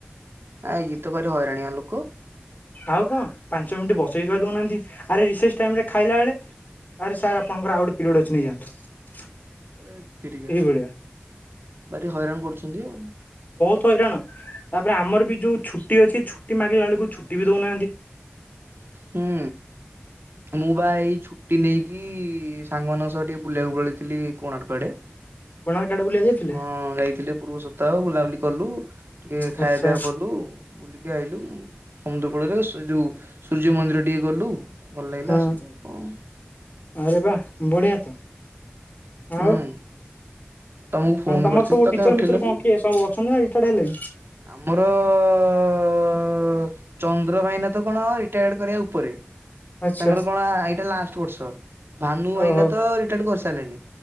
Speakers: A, on the right; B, on the left.
A: ଆ ଇଏତ ଭାରି ହଇରାଣିଆ ଲୋକ।
B: ଆଉ କଣ ପାଞ୍ଚ ମିନିଟ ବସେଇ ତ ଦଉନାହାନ୍ତି ଆରେ ରିଶେଷ ଟାଇମ୍ ରେ ଖାଇଲା ବେଳେ ଆରେ ସାର୍ ଆପଣଙ୍କର ଆଉ ଗୋଟେ ପିରିୟଡ ଅଛି ନେଇଯାଆନ୍ତୁ।
A: ହେ ତିରିକା
B: ଏଇଭଳିଆ।
A: ଭାରି ହଇରାଣ କରୁଛନ୍ତି ଆଉ।
B: ତ ହଇରାଣ ତାପରେ ଆମର ବି ଯୋଉ ଛୁଟି ଅଛି ଛୁଟି ମାଗିଲା ବେଳକୁ ଛୁ ଟି ବି ଦଉନାହାନ୍ତି।
A: ହୁଁ ମୁଁ ବା ଏଇ ଛୁଟି ନେଇକି ସାଙ୍ଗମାନାନଙ୍କ ସହ ଟିକେ ବୁଲିବାକୁ ପଳେଇଥିଲି କୋଣାର୍କ ଆଡେ।
B: <unintelligible> ଯାଇଥିଲେ
A: ହଁ ଯାଇଥିଲି ପୂର୍ବ ସପ୍ତାହ ବୁଲାବୁଲି କଲୁ ଟିକେ ଖାଇବା
B: ଆଚ୍ଛା
A: ପିଇବା କଲୁ ବୁଲିକି ଆଇଲୁ ସମୁଦ୍ର କୂଳରେ ସେ ଯୋଉ ସୂର୍ଯ୍ୟ ମନ୍ଦିର ଟିକେ ଗଲୁ ଭଲ ଲାଗିଲା
B: ହଁ
A: ଆସିଲୁ ଆଉ
B: ଆରେ ବା ବଢ଼ିଆ ତ। ଆଉ
A: ହୁଁ। ତମକୁ ଫୋନ
B: ମାନେ ତମର
A: କରିଥିଲି
B: ସବୁ
A: ତ
B: ଟିଚର
A: କାହିଁ ଉଠେଇଲନି
B: ମିଚର କଣ କି ସବୁ ଅଛନ୍ତି ନା ଏଇ ରିଟାର୍ଡ଼ ହେଲେଣି?
A: ଆମର ଅ ଚନ୍ଦ୍ର ଭାଇନା ତ କଣ ରିଟାୟାର୍ଡ କରିବା ଉପରେ ତାଙ୍କର
B: ଆଚ୍ଛା
A: କଣ ଆଇଟା ଲାଷ୍ଟ ବର୍ଷ। ଭାନୁ ଭାଇନା
B: ଓହୋ
A: ତ ରିଟାୟାର୍ଡ କର ସାଲେଣି।